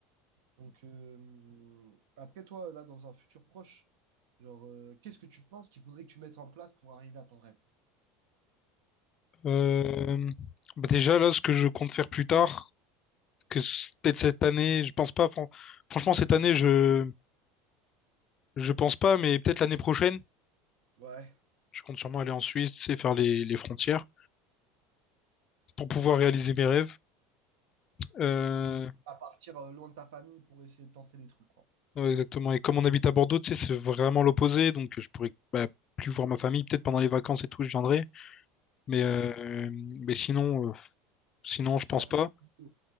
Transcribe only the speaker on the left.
Euh, bah déjà, là, ce que je compte faire plus tard, que c- peut-être cette année, je pense pas, fran- franchement, cette année, je, je pense pas, mais peut-être l'année prochaine,
je compte sûrement aller en Suisse et faire les, les frontières pour pouvoir réaliser mes rêves. Euh,
Ouais, exactement. Et comme on habite à Bordeaux, tu sais, c'est vraiment l'opposé. Donc, je pourrais bah, plus voir ma famille. Peut-être pendant les vacances et tout, je viendrai. Mais,
euh, mais sinon, euh, sinon,
je pense
pas.